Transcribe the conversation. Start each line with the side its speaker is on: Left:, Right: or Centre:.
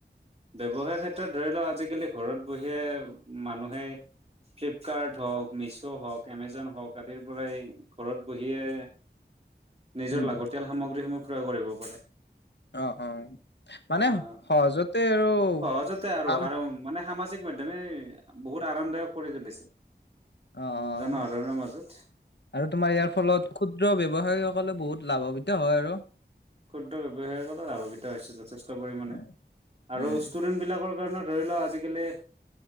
Right: ব্যৱসায়ৰ ক্ষেত্ৰত ধৰি লওক আজিকালি ঘৰত বহিয়ে মানুহেই ফ্লিপকাৰ্ট হওঁক মিছ' হওক এমেজন হওক আদিৰ পৰাই ঘৰত বহিয়ে নিজৰ
Left: উম
Right: লাগতিয়াল সামগ্ৰীসমূহ ক্ৰয় কৰিব পাৰে
Left: অ- অ মানে
Right: আহ
Left: সহজতে আৰু
Right: সহজতে আৰু
Left: কাম
Right: আৰু মানে সামাজিক মাধ্যামে বহুত আৰামদায়ক কৰি তুলিছে
Left: অ'
Right: জনসাধাৰণৰ মাজত
Left: আৰু তোমাৰ ইয়াৰ ফলত ক্ষুদ্ৰ ব্যৱসায় সকলে বহুত লাভৱিত হয় আৰু
Right: ক্ষুদ্ৰ ব্যৱসায়লে লাভিত হৈছে যথেষ্ট পৰিমাণে
Left: উম
Right: আৰু
Left: উম
Right: ষ্টুডেন্ট বিলাকৰ ষ্টুডেন্ট ধৰিলো আজিকালি